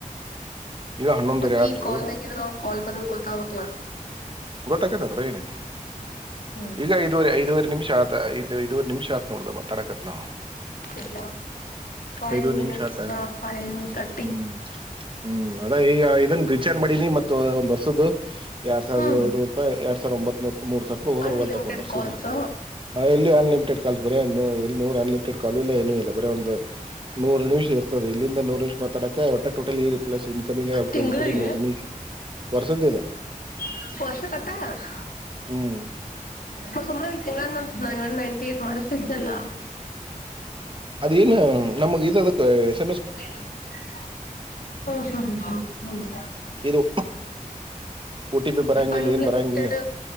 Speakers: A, on the right; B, on the left.
A: ಈಗ ಹನ್ನೊಂದುವರೆ
B: ಮತ್ತ
A: ಆತು
B: ಈ ಕಾಲ್ ನಾಗ ಇದ್ರೆ ಅವ್ರ ಕಾಲ್ ಬದ್ ಗೊತ್ತಾಗಕ್ಲ
A: ಗೊತ್ತಕತ್ದ್ರ ಏನೈತಿ
B: ಹ್ಮ್
A: ಈಗ ಐದುವರೆ ಐದುವರೆ ನಿಮಿಷ <unintelligible> ಇದು ಇದು ನಿಮಿಷ ಆತ್ ನೋಡ್ದ ತಡಕತ್ <unintelligible> ನಾವು
B: ಇಲ್ಲ ಫೈವ್
A: ಐದುವರೆ
B: ಮಿನಿಟ್
A: ನಿಮಿಷ
B: <unintelligible>
A: ಆತ
B: ಹಾ ಫೈವ್ ತರ್ಟಿ
A: ಹ್ಮ್ ಹ್ಮ್ ಅದ ಈಗ ಇದನ್ ರಿಚಾರ್ಜ್ ಮಾಡಿನಿ ಮತ್ತ ಒಂದ್ ವರ್ಷದ್ದ ಎರಡ ಸಾವಿರದ
B: ಹ್ಮ್
A: <unintelligible> ಎರಡ್ ಸಾವಿರ ಒಂಬತಪ್ <unintelligible> ಮೂರ್
B: ಅನ್ಲಿಮಿಟೆಡ್ ಕಾಲ್ಸ್
A: <unintelligible> ಹ ಎಲ್ಲಿ ಅನ್ಲಿಮಿಟೆಡ್ ಕಾಲ್ ಬರೇ ಇಲ್ಲಿ ನೂರ್ ಅನ್ಲಿಮಿಟೆಡ್ ಕಾಲ್ ಇಲ್ಲ ಏನು ಇಲ್ಲ ಬರೆ ಒಂದ ನೂರು ನಿಮಿಷ <unintelligible> <unintelligible> ಇಲ್ಲಿಂದ ನೂರು ನಿಮಿಷ ಮಾತಾಡಕ ಒಟ್ಟ ಟೋಟಲ್ ಇರಿ <unintelligible> ಪ್ಲಸ್ ಇನ್ಕಮಿಂಗ್ ಅಪ
B: ತಿಂಗಳಿಗೆ
A: ಗೋಯಿಂಗ್ <unintelligible> ವರ್ಸದೇ <unintelligible>
B: <unintelligible>
A: ಹ್ಮ್
B: ಮ ಸುಮನೆ ಇಲ್ <unintelligible> ಒನ್ ನೈನ್ಟಿ ಏಟ್ ಮಾಡಸಿದನಲ್ಲ
A: ಅದೇಏನು ನಮಗ್ ಇ <unintelligible>
B: <unintelligible>
A: ಇದು ಒ ಟಿ ಪಿ ಬರಂಗಿಲ್ಲ
B: ಅನ್ಲಿಮಿಟೆಡ್
A: ಏನ್ ಬರಂಗಿಲ್ಲ